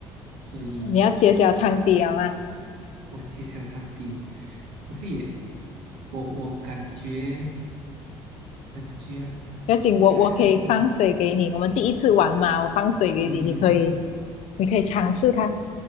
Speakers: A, on the right; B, on the left.
A: 所以
B: 你要揭晓汤底了吗？
A: 我揭晓汤底，可是也，我我感觉感觉还
B: 不要紧，
A: 应该还不能，
B: 我我可以放水给你。我们第一次玩嘛，我放水给你，
A: 嗯嗯，
B: 你可以，你可以尝试看。